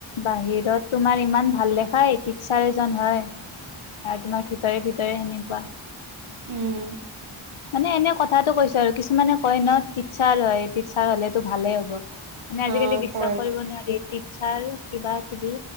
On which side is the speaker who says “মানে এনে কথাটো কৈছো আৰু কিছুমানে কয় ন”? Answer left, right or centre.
Left